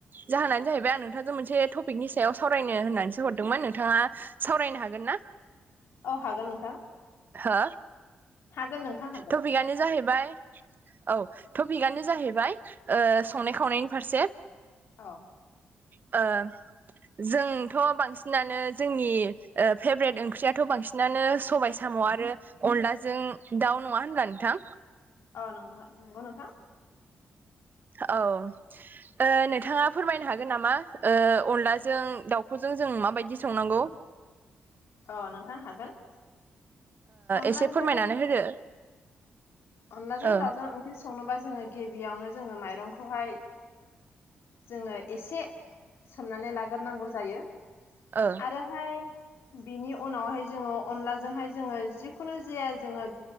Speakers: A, on the right (about 45°); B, on the left (about 75°).
A: जाहोनानो जाहैबाय आं नोंथांजों मोनसे टपिकनि सायाव सावरायनो होननानैसो हरदोंमोन नोंथाङा सावरायनो हागोन ना?
B: औ हागोन नोंथां।
A: हो
B: हागोन नोंथां हागोन
A: टपिकआनो जाहैबाय औ। टपिकआनो जाहैबाय संनाय खावनायनि फारसे।
B: औ
A: ओ जोंथ' बांसिनानो जोंनि फेभ्रेट ओंख्रियाथ' बांसिनानो सबाइ जों साम' आरो अनलाजों दाउ नङा होनब्ला नोंथां।
B: अ नंगौ नंगौ नोंथां
A: औ नोंथाङा फोरमायनो हागोन नामा अनलाजों दाउखौजों जों माबायदि संनांगौ।
B: अ नोंथां हागोन। अनलाजों
A: एसे फोरमायनानै होदो।
B: अनलाजों
A: ओ
B: दाउजों ओंख्रि संनोबा जोङो गिबियावनो जोङो माइरंखौहाय जोङो एसे सोमनानै लाग्रोनांगौ जायो।
A: ओ
B: आरोहाय बिनि उनावहाय जोङो अनलाजोंहाय जोङो जिखुनु जाया जोङो